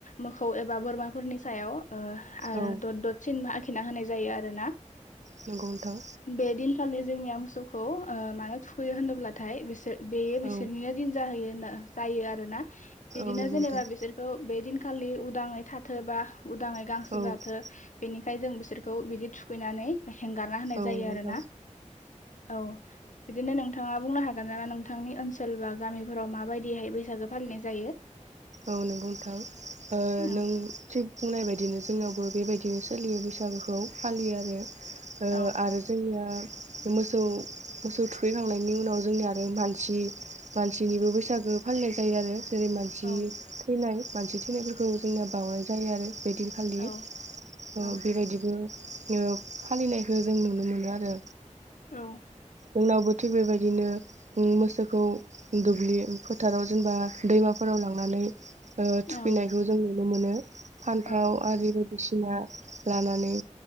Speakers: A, on the left; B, on the right.
A: मोखौ एबा बोरमाफोरनि सायाव ओ ओ
B: औ
A: दद ददसिन आखिना होनाय जायो आरो ना।
B: नंगौ नोंथां
A: बे दिनखालि जोंनिया मोसौ खौ मानो थुखैयो होनोब्लाथाय बिसोर बेयो
B: औ
A: बिसोरनिनो दिन जाहोयो होनना जायो आरोना। बिदिनो
B: औ नंगौ नोंथां
A: जेनेबा बिसोरखौ बे दिनखालि उदाङै थाथोबा उदाङै गांसो
B: औ
A: जाथो बेनिखाय जों बिसोरखौ बिदि थुखैनानै हेंगारना होनाय
B: औ
A: जायो
B: नंगौ
A: आरो
B: नोंथां
A: ना औ बिदिनो नों थाङा बुंनो हागोन नामा नोंथांनि ओनसोल बा गामिफोराव माबायदिहाय बैसागो फालिनाय जायो?
B: औ नोंगौ नोंथां ओ
A: औ
B: नों थिग बुंनाय बायदिनो जोंनावबो बेबायदिनो सोलियो बैसागुखौ फालियो आरो ओ
A: औ
B: आरो जोंनिया मोसौ मोसौ थुखैखांनायनि उनाव जोंनिया आरो मानसि मानसिनिबो बैसागो फालिनाय जायो आरो जेरै मानसि
A: औ
B: थैनाय मानसि थैनायफोरखौ जोंनिया बावनाय जायो आरो बेदिनखालि
A: औ
B: ओ
A: औ
B: बेबायदिबो ओ फालिनायखो जों नुनो मोनो आरो
A: औ।
B: जोंनावबो थिग बेबायदिनो ओम मोसौखौ दुब्लि फोथाराव जेनेबा दैमाफो राव लांनानै ओ थुखैनायखौ
A: औ
B: जों नुनो मोनो। फान्थाव
A: औ
B: आरि बायदिसिना लानानै